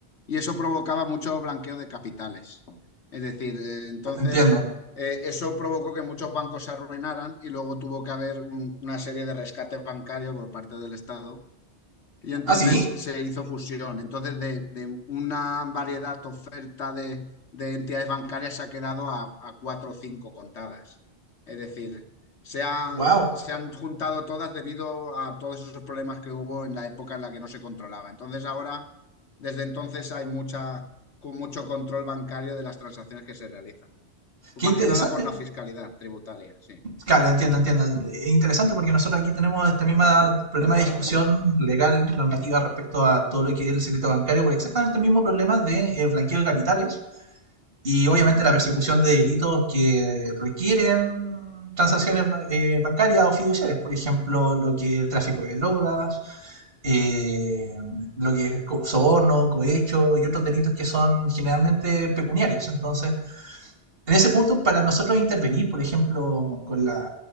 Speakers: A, on the left (about 80°); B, on the right (about 55°).
A: y eso provocaba mucho blanqueo de capitales. Es decir, eh, entonces,
B: Entiendo.
A: eh, eso provocó que muchos bancos se arruinaran y luego tuvo que haber un- una serie de rescate bancario por parte del Estado y entonces
B: ¿Ah, sí?
A: se hizo fusión. Entonces, de, de una variedad oferta de, de entidades bancarias se ha quedado a, a cuatro o cinco contadas. Es decir, se, ha-
B: Wow.
A: se han juntado todas debido a todos esos problemas que hubo en la época en la que no se controlaba. Entonces, ahora, desde entonces, hay mucha, con mucho control bancario de las transacciones que se realizan. Pues
B: Qué
A: más
B: interesante.
A: que nada por la fiscalidad tributaria, sí.
B: Claro, entiendo, entiendo. Es interesante porque nosotros aquí tenemos este mismo problema de discusión legal, normativa respecto a todo lo que es el secreto bancario, por exactamente el mismo problema de eh, blanqueo de capitales y obviamente la persecución de delitos que requieren transacciones eh, bancarias o fiduciarias, por ejemplo, lo que es el tráfico de drogas, eh, lo que es co- soborno, cohecho y otros delitos que son generalmente pecuniarios. Entonces, en ese punto, para nosotros intervenir, por ejemplo, con la